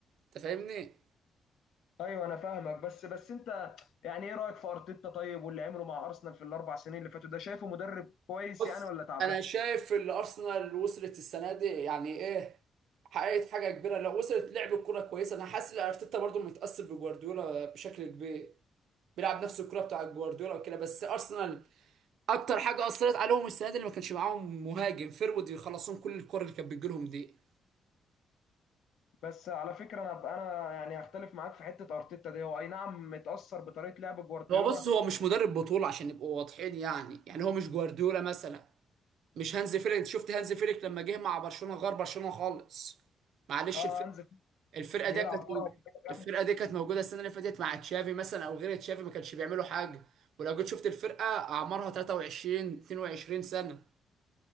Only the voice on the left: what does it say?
ايوه انا فاهمك بس بس انت يعني ايه رايك في ارتيتا طيب واللي عمله مع ارسنال في الاربع سنين اللي فاتوا ده شايفه مدرب كويس
يعني ولا تعبان
بس على فكره انا انا يعني هختلف معاك في حته ارتيتا دي هو اي نعم متاثر بطريقه لعب جوارديولا
اه
هانز فليك
بيلعب
كره هجومية
جامدة.